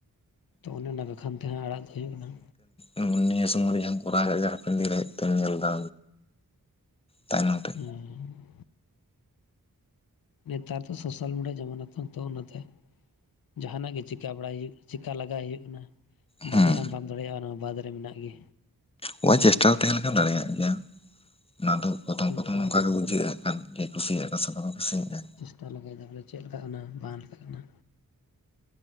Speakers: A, on the left; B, on the left.
A: ᱛᱚ ᱚᱱᱮ ᱚᱱᱟ ᱠᱷᱟᱢ ᱛᱮᱦᱟᱸ ᱟᱲᱟᱜ ᱫᱚ ᱦᱩᱭᱩᱜ ᱠᱟᱱᱟ।
B: ᱟᱢ ᱱᱤᱭᱟᱹ ᱥᱚᱢᱚᱭ ᱨᱮ ᱡᱟᱦᱟᱸᱢ ᱠᱚᱨᱟᱣ ᱫᱟ᱾ ᱡᱮ ᱦᱟᱯᱮᱱ ᱫᱤᱱ ᱨᱮ ᱦᱮᱡ ᱠᱟᱛᱮᱢ ᱧᱮᱞ ᱫᱟ, ᱛᱟᱭᱱᱚᱢ ᱛᱮ
A: ᱦᱮᱸ <unintelligible> ᱱᱮᱛᱟᱨ ᱫᱚ ᱥᱳᱥᱟᱞ ᱢᱤᱰᱤᱭᱟ ᱡᱟᱢᱟᱱᱟ ᱛᱚ ᱛᱚ ᱚᱱᱟᱛᱮ। ᱡᱟᱦᱟᱸᱱᱟᱜ ᱜᱮ ᱪᱤᱠᱟ ᱵᱟᱲᱟᱭ ᱦᱩᱭᱩᱜ ᱪᱤᱠᱟ ᱞᱟᱜᱟᱭ ᱦᱩᱭᱩᱜ ᱠᱟᱱᱟ।
B: ᱦᱮᱸ
A: ᱫᱟᱲᱮᱭᱟᱜ ᱟᱢ ᱵᱟᱢ ᱫᱟᱲᱮᱭᱟᱜ-ᱟ ᱚᱱᱟ ᱢᱟ ᱵᱟᱫᱽ ᱨᱮ ᱢᱮᱱᱟᱜ ᱜᱮ।
B: ᱚ ᱪᱮᱥᱴᱟ ᱛᱟᱦᱮᱸ ᱞᱮᱠᱷᱟᱱ ᱫᱟᱲᱮᱭᱟᱜ ᱜᱮᱭᱟᱢ ᱚᱱᱟ ᱫᱚ। ᱯᱨᱚᱛᱷᱚᱢ
A: ᱚᱱᱠᱟ
B: ᱯᱨᱚᱛᱷᱚᱢ ᱱᱚᱝᱠᱟ
A: ᱜᱟᱱᱚᱜᱼᱟ
B: ᱜᱮ ᱵᱩᱡᱷᱟᱹᱜ-ᱟ ᱟᱨ ᱠᱮ ᱠᱩᱥᱤᱭᱟᱜ ᱟᱠᱚ ᱥᱮ ᱵᱟᱠᱚ ᱠᱩᱥᱤᱭᱟᱜ-ᱟ।
A: ᱛᱟᱦᱚᱞᱮ ᱠᱷᱟᱡ ᱫᱚ ᱵᱚᱞᱮ ᱪᱮᱫ ᱞᱮᱠᱟᱜ ᱠᱟᱱᱟ ᱵᱟᱱ ᱞᱮᱠᱟᱜ ᱠᱟᱱᱟ।